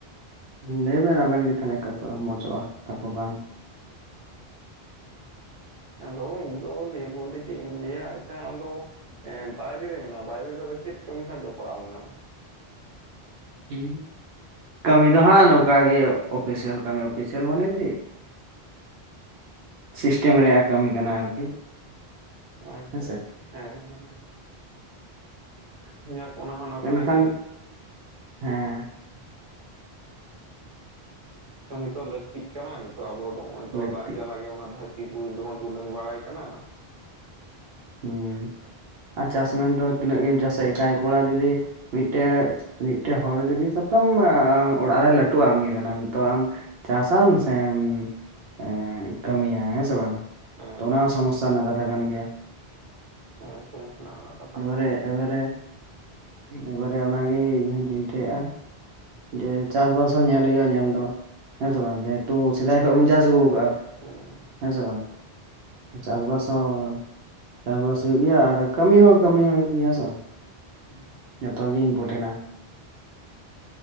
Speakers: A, on the right; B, on the right.
A: ᱞᱟᱹᱭᱵᱮᱱ ᱟᱵᱮᱱ ᱜᱮ ᱛᱟᱦᱮᱞᱮ ᱠᱚ ᱢᱚᱡᱚᱜᱼᱟ ᱚᱠᱟ ᱠᱚ ᱵᱟᱝ
B: ᱟᱫᱚ ᱤᱧ ᱫᱚ ᱞᱟᱹᱭ ᱵᱚᱞᱛᱮ ᱪᱮᱫ ᱤᱧ ᱞᱟᱹᱭᱟ ᱟᱪᱪᱷᱟ ᱟᱢᱫᱚ ᱮᱸ ᱵᱟᱭᱨᱮ ᱨᱮ ᱢᱮᱱᱟᱢᱟ ᱵᱟᱭᱨᱮ ᱨᱮᱫᱚ ᱪᱮᱫ ᱠᱟᱹᱢᱤ ᱥᱟᱶ ᱡᱚᱯᱲᱟᱣ ᱢᱮᱱᱟᱢᱟ
A: ᱦᱮᱸ ᱠᱟᱹᱢᱤ ᱫᱚ ᱦᱟᱸᱜ ᱱᱚᱝᱠᱟ ᱜᱮ ᱚᱯᱷᱤᱥᱤᱭᱟᱞ ᱠᱟᱹᱢᱤ ᱚᱯᱷᱤᱥᱤᱭᱟᱞ ᱢᱟᱱᱮ ᱪᱮᱫ ᱥᱤᱥᱴᱮᱢ ᱨᱮᱭᱟᱜ ᱠᱟᱹᱢᱤ ᱠᱟᱱᱟ ᱟᱨᱠᱤ
B: ᱟᱪᱪᱷᱟ
A: ᱦᱮᱸᱥᱮ
B: ᱟᱪᱪᱷᱟ ᱦᱮᱸ ᱦᱮᱸ ᱦᱮᱸ ᱡᱟᱠ ᱚᱱᱟ ᱦᱚᱸ ᱱᱟᱯᱟᱭ
A: ᱢᱮᱱᱠᱷᱟᱱ
B: ᱜᱮ
A: ᱦᱮᱸ
B: ᱠᱟᱹᱢᱤ ᱛᱚ ᱞᱟᱹᱠᱛᱤᱜ ᱠᱟᱱᱟ ᱱᱤᱛᱚᱜ ᱟᱵᱚ ᱫᱚ ᱱᱚᱜᱼᱚᱭ ᱛᱚ
A: ᱞᱟᱹᱠᱛᱤ
B: ᱞᱟᱡ ᱡᱟᱞᱟ ᱜᱮ ᱚᱱᱟ ᱫᱷᱟᱹᱨᱛ ᱛᱤ ᱯᱩᱨᱤ ᱨᱮ ᱫᱚᱵᱚᱱ ᱴᱩᱰᱟᱹᱝ ᱵᱟᱲᱟᱭ ᱠᱟᱱᱟ
A: ᱦᱩᱸ ᱟᱨ ᱪᱟᱥ ᱢᱮᱱ ᱫᱚ ᱛᱤᱱᱟᱹᱜ ᱜᱮᱢ ᱪᱟᱥᱟ ᱮᱠᱟᱭ ᱠᱚᱲᱟ ᱡᱩᱫᱤ ᱢᱤᱫᱴᱮ ᱢᱤᱫᱴᱮ ᱦᱚᱲ ᱡᱚᱫᱤ ᱥᱟᱵᱠᱟᱢ ᱚᱲᱟᱜ ᱨᱮ ᱞᱟᱹᱴᱩ ᱟᱢ ᱜᱮ ᱠᱟᱱᱟᱢ ᱛᱚ ᱟᱢ ᱪᱟᱥᱟᱢ ᱥᱮᱢ ᱮᱸ ᱠᱟᱹᱢᱤᱭᱟ ᱦᱮᱸ ᱥᱮ ᱵᱟᱝ
B: ᱦᱮᱸ
A: ᱛᱚ ᱚᱱᱟ ᱦᱚᱸ ᱥᱚᱢᱚᱥᱥᱟ ᱨᱮᱱᱟᱜ ᱠᱟᱛᱷᱟ ᱠᱟᱱ ᱜᱮᱭᱟ
B: ᱦᱮᱸ ᱥᱚᱢᱚᱥᱥᱟ ᱟ
A: ᱮᱵᱟᱨᱮ ᱮᱵᱟᱨᱮ ᱮᱵᱟᱨᱮ ᱚᱱᱟᱜᱮ ᱤᱧᱦᱚᱸᱧ ᱪᱤᱱᱛᱟᱹᱭᱮᱫᱼᱟ ᱡᱮ ᱪᱟᱥᱵᱟᱥ ᱦᱚᱸ ᱧᱮᱞ ᱦᱩᱭᱩᱜᱼᱟ ᱧᱮᱞ ᱫᱚ ᱦᱮᱸᱥᱮ ᱵᱟᱝ ᱡᱮᱦᱮᱛᱩ ᱥᱮᱫᱟᱭ ᱠᱷᱚᱱ ᱵᱚᱱ ᱪᱟᱥ ᱟᱜᱩ ᱠᱟᱜ-ᱟ
B: ᱦᱩᱸ
A: ᱦᱮᱸ ᱥᱮ ᱵᱟᱝ ᱪᱟᱥᱵᱟᱥ ᱦᱚᱸ ᱪᱟᱥᱵᱟᱥ ᱦᱩᱭᱩᱜ ᱜᱮᱭᱟ ᱟᱨ ᱠᱟᱹᱢᱤ ᱦᱚᱸ ᱠᱟᱹᱢᱤ ᱦᱚᱸ ᱦᱩᱭᱩᱜ ᱜᱮᱭᱟ ᱦᱮᱸᱥᱮ ᱵᱟᱸ
B: ᱦᱮᱸ
A: ᱡᱚᱛᱚ ᱜᱮ ᱤᱱᱯᱚᱨᱴᱮᱱᱴᱼᱟ